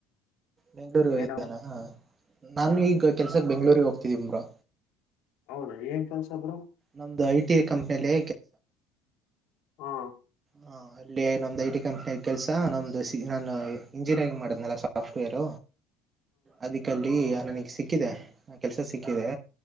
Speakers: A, on the right; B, on the left.
A: ಬೆಂಗಳೂರಿಗೆ
B: ಏನೋ
A: ಹೋಗಿದ್ದೆ ನಾನು ಈಗ ಕೆಲ್ಸಕ್ ಬೆಂಗಳುರಿಗೆ ಹೋಗ್ತಿದೀನಿ ಬ್ರೋ
B: ಹೌದ ಏನ್ ಕೆಲ್ಸ ಬ್ರೋ
A: ನಮ್ದು ಐ ಟಿ ಕಂಪ್ನಿಯಲ್ಲಿ
B: ಹಾ ಹಾ
A: ಹಾ ಅಲ್ಲಿ ನಮ್ದ್ ಐಟಿ ಕಂಪನಿಯ ಕೆಲ್ಸ ನಮ್ದು ನಾನು ಇಂಜಿನಿಯರಿಂಗ್ ಮಾಡಿದ್ನಲ್ಲ ಸಾಫ್ಟ್ವೇರ್ ಅದಕ್ಕಲ್ಲಿ ನನಗ್ ಸಿಕ್ಕಿದೆ ಕೆಲ್ಸ ಸಿಕ್ಕಿದೆ